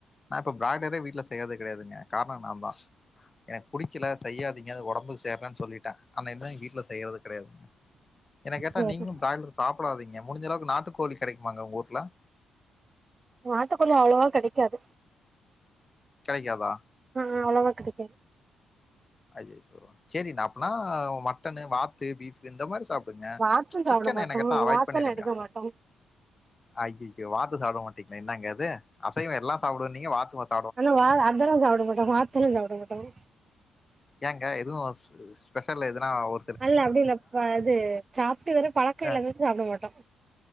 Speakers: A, on the left; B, on the right.
A: நா இப்ப பிராய்லரே வீட்டுல செய்யறது கெடையாதுங்க காரணோ நா தா எனக்கு புடிக்கல செய்யாதீங்க அது ஒடம்புக்கு சேர்லன்னு சொல்லீட்டே அன்னைலருந்து எங்க வீட்ல செய்யறது கெடையாதுங்க என்ன கேட்டா
B: சேரி
A: நீங்களு பிராய்லர் சாப்படாதீங்க முடிஞ்ச அளவுக்கு நாட்டு கோழி கெடைக்குமாங்க உங்க ஊர்ல
B: நாட்டுக்கோழி அவ்ளவா கெடைக்காது
A: கெடைக்காதா
B: ஆ அவ்ளவா கெடைக்காது
A: அய்யய்யோ சேரி நாப்பனா மட்டனு வாத் து பீப் இந்த மாரி சாப்டுங்க
B: வாத்தும் சாப்ட
A: சிக்கன்
B: மாட்டோ
A: என்ன கேட்டா அவாய்ட்
B: வாத்தெல்லா
A: பண்ணிருங்க
B: எடுக்க மாட்டோ
A: அய்யய்யோ வாத்து சாப்பட மாட்டிங்களா என்னாங்க இது அசைவ எல்லா சாப்படுவன்னீங்க வாத்து <unintelligible>
B: ஹலோ வா அதல்லா சாப்பட மாட்ட வாத்தெல்லா சாப்பட மாட்டங்க
A: ஏங்க எதுவு ஸ் ஸ்பெஷல் எதுனா ஒ
B: அதுல்ல அப்டி இல்ல ப இது சாப்ட்டு வேற பழக்கோ
A: அ
B: இல்லங்க சாப்பட மாட்டோ